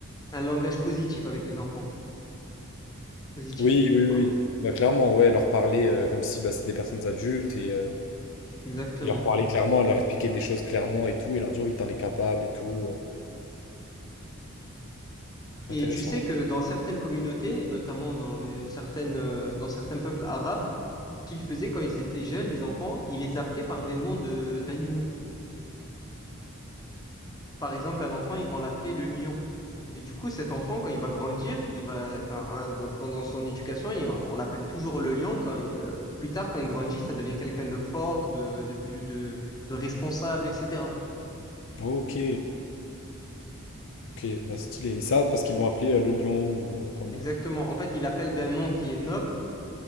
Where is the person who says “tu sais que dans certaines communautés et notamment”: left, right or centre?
Left